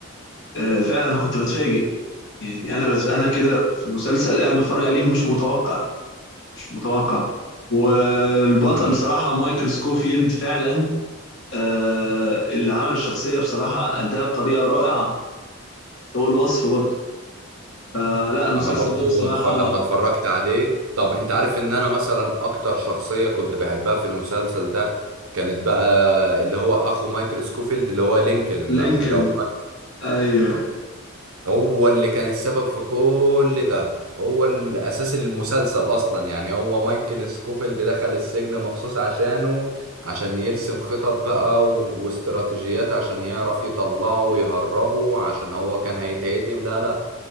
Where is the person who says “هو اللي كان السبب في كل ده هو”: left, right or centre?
Right